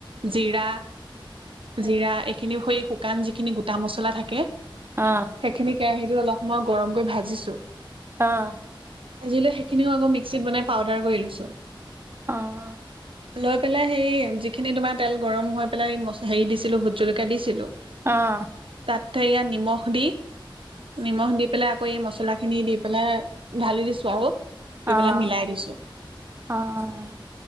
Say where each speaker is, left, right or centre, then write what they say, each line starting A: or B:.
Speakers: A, on the right (about 80°); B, on the right (about 30°).
A: জিৰা-জিৰা এই খিনি শুই শুকান যিখিনি গোটা মচলা থাকে।
B: অহ।
A: সেইখিনি কেৰাহীটোত অলপ সময় গৰমকৈ ভাজিছো।
B: অ'।
A: আজিলৈ সেইখিনিও আকৌ মিক্সিত বনাই পাউদাৰ কৰি লৈছো।
B: অহ অ'।
A: লৈ পেলাই হেৰি যিখিনি তোমাৰ তেল গৰম হৈ পেলাই হেৰি দিছিলো, ভোট জলকীয়া দিছিলো
B: অহ।
A: তাতে এয়া নিমখ দি নিমখ দি পেলাই আকৌ এই মছলা খিনি দি পেলাই ঢালি দিছো আৰু দি
B: অ',
A: পেলাই মিলাই দিছো
B: -অ'